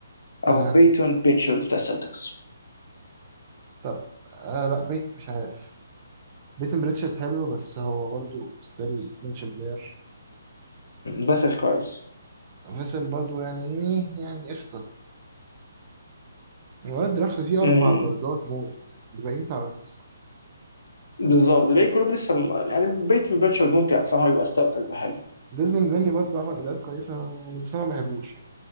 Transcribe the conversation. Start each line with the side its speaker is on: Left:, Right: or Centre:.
Right: اه
Left: او بيتون بيتشارد بتاع السلتكس
Right: طب آه لا بيت مش عارف بيتن بريتشارد حلو بس هو برضه ستيل منشن بلاير
Left: بسأل كويس
Right: فيصل برضه يعني يعني يعني قشطه الواد درافت فيه اربع
Left: امم
Right: جاردات موت الباقيين تعبانين
Left: بالظبط الباقيين كلهم لسه م- يعني بيتون بيتشارد ممكن somehow يبقى ستارتر يبقى حلو
Right: ديزموند بيني برضو عمل اداءات كويسه يعني بس انا ما بحبوش يعني